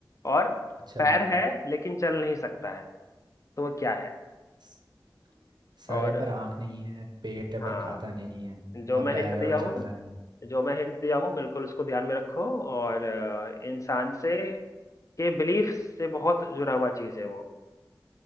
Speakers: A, on the left; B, on the right.
A: और
B: अच्छा
A: पैर है लेकिन चल नहीं सकता है तो वो क्या है
B: स- सर
A: और
B: है
A: अ,
B: पर आंख नहीं है पेट है
A: हाँ
B: पर खाता नहीं है
A: जो
B: और
A: मैं
B: पैर
A: हिंट
B: है
A: दिया
B: और चलता
A: हूँ ना
B: नहीं है।
A: जो मैं हिंट दिया हूँ बिल्कुल उसको ध्यान में रखो और अ, इंसान से के बिलीफ से बहुत जुड़ा हुआ चीज है वो